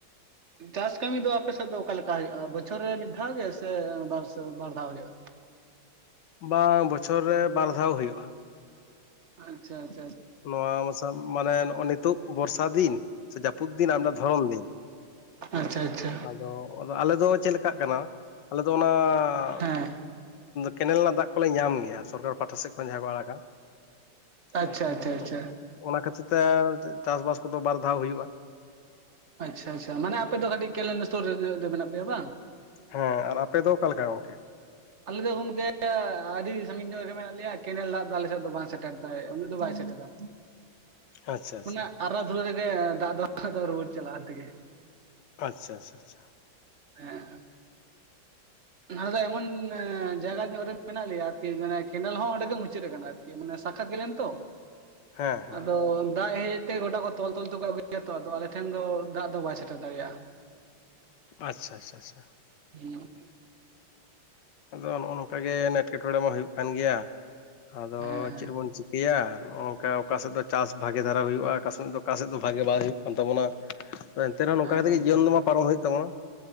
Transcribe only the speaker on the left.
ᱵᱟᱝ ᱵᱚᱪᱷᱚᱨ ᱨᱮ ᱵᱟᱨ ᱫᱷᱟᱣ ᱦᱩᱭᱩᱜᱼᱟ
ᱱᱚᱣᱟ ᱢᱟᱥᱟᱢ ᱢᱟᱱᱮ ᱱᱚᱜᱚᱭ ᱱᱤᱛᱚᱜ ᱵᱚᱨᱥᱟ ᱫᱤᱱ ᱥᱮ ᱡᱟᱹᱯᱩᱫ ᱫᱤᱱ ᱟᱨ ᱢᱮᱫᱴᱟᱱ ᱫᱷᱚᱨᱚᱱ ᱫᱤᱱ
ᱟᱫᱚ ᱟᱫᱚ ᱟᱞᱮ ᱫᱚ ᱪᱮᱫᱞᱮᱠᱟᱜ ᱠᱟᱱᱟ ᱟᱞᱮ ᱫᱚ ᱚᱱᱟ-
ᱠᱮᱱᱮᱞ ᱨᱮᱱᱟᱜ ᱫᱟᱜ ᱠᱚᱞᱮ ᱧᱟᱢ ᱜᱮᱭᱟ ᱥᱚᱨᱠᱟᱨ ᱯᱟᱦᱴᱟ ᱥᱮᱫ ᱠᱷᱚᱱ ᱡᱟᱦᱟᱸ ᱠᱚ ᱟᱲᱟᱜᱟ
ᱟᱫᱚ
ᱚᱱᱟ ᱠᱷᱟᱹᱛᱤᱨ ᱛᱮ ᱪᱟᱥᱵᱟᱥ ᱠᱚᱫᱚ ᱵᱟᱨ ᱫᱷᱟᱣ ᱦᱩᱭᱩᱜᱼᱟ
ᱦᱮᱸ ᱟᱨ ᱟᱯᱮ ᱫᱚ ᱚᱠᱟᱞᱮᱠᱟ ᱜᱚᱝᱠᱮ
<inaudible> ᱟᱪᱪᱷᱟ ᱟᱪᱪᱷᱟ
ᱟᱪᱪᱷᱟ ᱟᱪᱷᱟ ᱪᱪᱷᱟ
ᱦᱮᱸ ᱦᱮᱸ
ᱦᱮᱸ
ᱟᱪᱪᱷᱟ ᱪᱷᱟ ᱪᱷᱟ
ᱟᱫᱚ ᱱᱚᱜᱼᱚᱭ ᱱᱚᱝᱠᱟ ᱜᱮᱮ ᱮᱴᱠᱮᱴᱚᱬᱮ ᱢᱟ ᱦᱩᱭᱩᱜ ᱠᱟᱱ ᱜᱮᱭᱟ, ᱟᱫᱚ
ᱪᱮᱫ ᱵᱚᱱ ᱪ ᱪᱮᱫ ᱵᱚᱱ ᱪᱮᱠᱟᱭᱟ ᱱᱚᱜᱼᱚᱭ ᱱᱚᱝᱠᱟ ᱥᱮᱫ ᱫᱚ ᱪᱟᱥ ᱵᱷᱟᱜᱮ ᱫᱷᱟᱨᱟ ᱦᱩᱭᱩᱜᱼᱟ, ᱚᱠᱟ ᱥᱮᱫ ᱫᱚ ᱚᱠᱟ ᱥᱮᱫ ᱫᱚ ᱵᱷᱟᱜᱮ ᱵᱟᱝ ᱦᱩᱭᱩᱜ ᱠᱟᱱ ᱛᱟᱵᱚᱱᱟ᱾ ᱛᱚ ᱮᱱᱛᱮ ᱨᱮᱦᱚ ᱱᱚᱝᱠᱟ
ᱠᱟᱛᱮ
ᱜᱮ ᱡᱤᱭᱚᱱ ᱫᱚ ᱢᱟ ᱯᱟᱨᱚᱢ ᱦᱩᱭᱩᱜ ᱛᱟᱵᱚᱱᱟ